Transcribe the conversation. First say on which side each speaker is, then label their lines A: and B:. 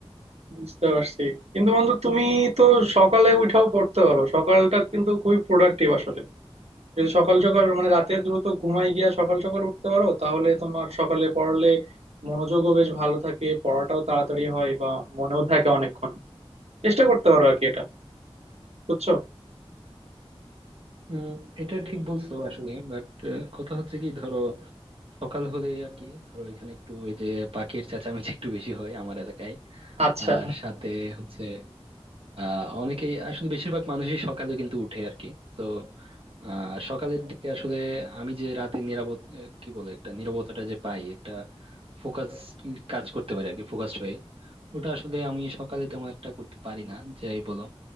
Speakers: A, on the right; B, on the right.
A: বুঝতে পারছি কিন্তু বন্ধু তুমি তো সকালে উঠাও পড়তে পারো সকালটা কিন্তু খুবই প্রোডাক্টিভ আসলে যদি সকাল সকাল মানে রাতে দ্রুত ঘুমায় গিয়া সকাল সকাল উঠতে পারো তাহলে তোমার সকালে পড়লে মনোযোগও বেশ ভালো থাকে পড়াটাও তাড়াতাড়ি হয় বা মনেও থাকে অনেকক্ষণ চেষ্টা করতে পারো আর কি এটা বুঝছো
B: উম, এটা ঠিক বলছো আসলে বাট কথা হচ্ছে কি ধরো সকাল হলেই আর কি ধরো এখানে একটু ওই যে পাখির চেঁচামেচি একটু বেশি হয় আমার এলাকায়
A: আচ্ছা
B: আর সাথে হচ্ছে আহ অনেকেই আসলে বেশিরভাগ মানুষই সকালে কিন্তু উঠে আর কি তো আহ সকালের দিকে আসলে আমি যে রাতে নিরাপদ আহ, কি বলে একটা নীরবতাটা যে পাই একটা ফোকাস কাজ করতে পারি আর কি ফোকাসড হয়ে ওটা আসলে আমি সকালে তেমন একটা করতে পারি না যাই বলো